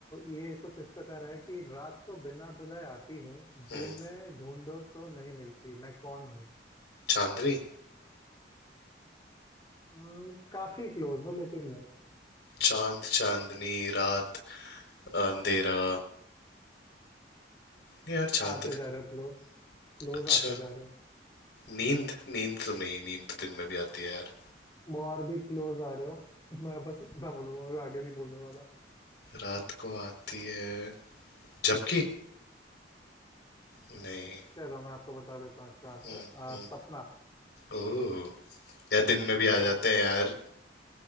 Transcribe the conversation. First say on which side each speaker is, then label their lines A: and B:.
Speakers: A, on the left; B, on the left.
A: ये कुछ इस प्रकार है कि रात को बिना बुलाए आती हूँ
B: हम्म,
A: दिन में ढूंढो तो नहीं मिलती मैं कौन हूँ
B: चांदनी
A: हम्म, काफी क्लोज हो लेकिन नहीं
B: चांद चांदनी रात अंधेरा नहीं यार चांदनी
A: आते जा रहे हो क्लोज क्लोज
B: अच्छा
A: आते जा रहे हो
B: नींद
A: हम्म,
B: नींद तो नहीं नींद तो दिन में भी आती है यार
A: वो और भी क्लोज आ रहे हो <laughs> मैं बस इतना बोलूंगा और आगे नहीं बोलने वाला
B: रात को आती है झपकी नहीं
A: चलो मैं आपको बता देता हूँ इसका आंसर
B: हम्म,
A: आ,
B: हम्म,
A: सपना
B: ओह यार दिन में भी
A: हाँ
B: आ जाते हैं यार